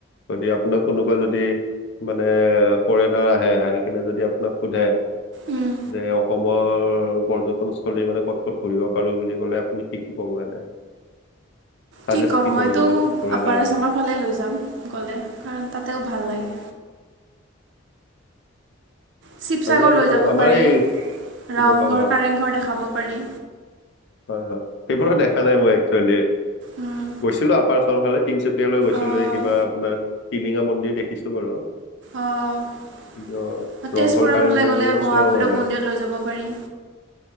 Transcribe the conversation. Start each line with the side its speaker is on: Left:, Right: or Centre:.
Left: যদি আপোনাক কোনোবা যদি মানে ফৰেনাৰ আহে, আহি কেনে যদি আপোনাক সোধে।
Right: উম
Left: যে অসমৰ পৰ্যটনস্থলী মানে ক'ত, ক'ত ঘূৰিব পাৰো বুলি ক'লে আপুনি কি, কি ক'ব এনে? চাজেষ্ট
Right: কি ক'ম মইতো,
Left: কৰিব মানে ক'ত ঘূৰাৰ
Right: আপাৰআচামৰ
Left: কাৰণে
Right: ফালে লৈ যাম গ'লে কাৰণ তাতেও ভাল লাগে। চিৱচাগৰ
Left: ভাল লাগে
Right: লৈ
Left: বাৰু
Right: যাব
Left: আমাৰ
Right: পাৰি
Left: এই শিৱসাগৰ
Right: ৰাওংঘৰ, কাৰেংঘৰ দেখাব পাৰি।
Left: হয়, হয় সেইবোৰো দেখা নাই মই একচুৱেলি,
Right: উম
Left: গৈছিলো আপাৰআচামৰ ফালে। তিনচুকীয়ালৈ গৈছিলো
Right: অঁ
Left: এই কিবা আপোনাৰ টিলিঙা মন্দিৰ দেখিছো বাৰু।
Right: অ',
Left: কিন্তু ৰংঘৰ
Right: তেজপুৰৰ
Left: কাৰেংঘৰবোৰো
Right: ফালে গ'লে মহাভৈৰৱ
Left: চোৱা হোৱা নাই
Right: মন্দিৰত লৈ যাব পাৰি।